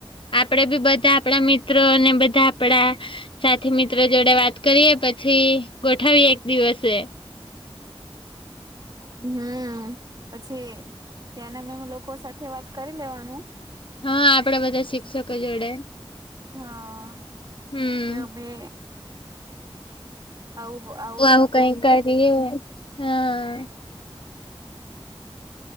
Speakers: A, on the left; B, on the right.
A: આપડે બી બધા આપણા મિત્રો અને બધા આપડા સાથી મિત્રો જોડે વાત કરીએ, પછી ગોઠવીએ એક દિવસે.
B: હમ, પછી ત્યાંના મેમ લોકો સાથે વાત કરી લેવાનું.
A: હા, આપડે બધા શિક્ષકો જોડે.
B: હા,
A: હમ
B: કે અમે. આવું, હા.
A: આવું કંઈક કંઈક કહે, હા.